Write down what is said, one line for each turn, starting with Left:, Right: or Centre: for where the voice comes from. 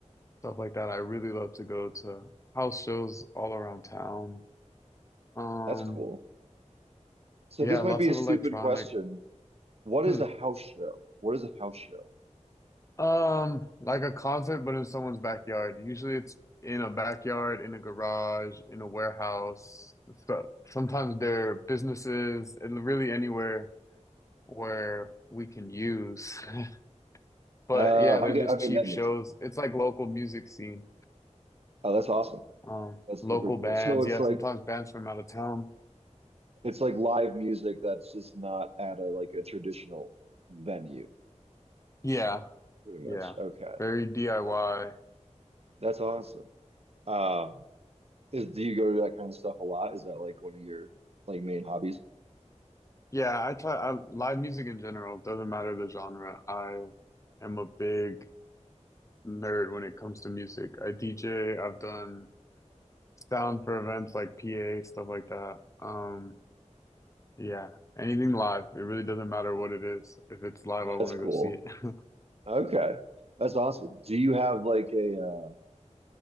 Left: stuff like that. I really love to go to house shows all around town. Um,
Right: That's cool. So
Left: yeah,
Right: this might
Left: lots
Right: be
Left: of
Right: a stupid
Left: electronic.
Right: question. What is
Left: <clears throat>
Right: a house
Left: <laughs>
Right: show? What is a house show?
Left: Um, like a concert, but in someone's backyard. Usually it's in a backyard, in a garage, in a warehouse. So sometimes they're businesses, and really anywhere where we can use. <laughs> But
Right: Uh,
Left: yeah,
Right: I,
Left: they're
Right: get-
Left: just
Right: I mean
Left: cheap
Right: that
Left: shows.
Right: makes
Left: It's like local music scene.
Right: Oh, that's awesome.
Left: Um,
Right: That's
Left: local
Right: super
Left: bands.
Right: cool. So it's
Left: Yeah,
Right: like
Left: sometimes bands from out of town.
Right: It's like live music that's just not at a like a traditional venue,
Left: Yeah.
Right: pretty
Left: Yeah.
Right: much. Okay.
Left: Very DIY.
Right: Gotcha. That's awesome. Um, is do you go to that kind of stuff a lot? Is that like one of your like main hobbies?
Left: Yeah, I try I, live music in general. Doesn't matter the genre. I am a big nerd when it comes to music. I DJ, I've done sound for events like PA, stuff like that. Um, yeah, anything live. It really doesn't matter what it is. If it's live, I want
Right: That's
Left: to
Right: cool.
Left: go see it. <laughs>
Right: Okay. That's awesome. Do you have like a uh,